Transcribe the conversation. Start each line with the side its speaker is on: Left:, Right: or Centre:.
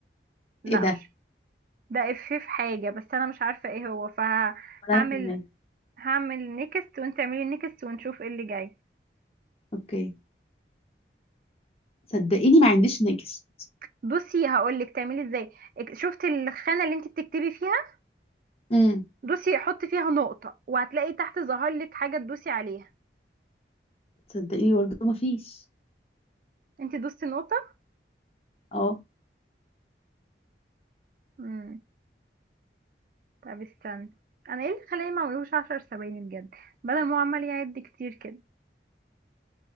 Right: لا
Left: ايه ده
Right: مش ده افيه في حاجة بس انا مش عارفة ايه هو فهعمل
Left: ولا انا كمان
Right: هعمل نيكست وانت اعملي نيكست ونشوف ايه اللي جاي
Left: اوكي صدقيني ما عنديش نجس
Right: بصي هقولك تعملي ازاي اك- شفت الخانة اللي انت بتكتبي فيها
Left: امم
Right: دوسي حطي فيها نقطة وهتلاقي تحت ظهر لك حاجة تدوسي عليها
Left: صدقيني برضه ما فيش
Right: انت دوستي نقطة
Left: اه
Right: امم طب استني انا ايه اللي خلاني ما اعملوش عشر ثواني بجد بدل ما هو عمال يعد كتير كده